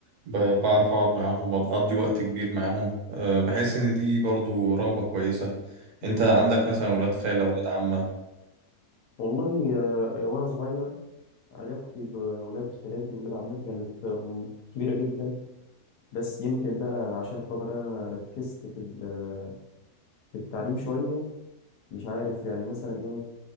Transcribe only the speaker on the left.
جميل
جدا
والله آه، وأنا صغير علاقتي بولاد خالاتي وولاد عمتي كانت آه، كبيرة جدا بس يمكن بقى عشان خاطر أنا ركزت في ال- في التعليم شوية مش عارف يعني مثلا إيه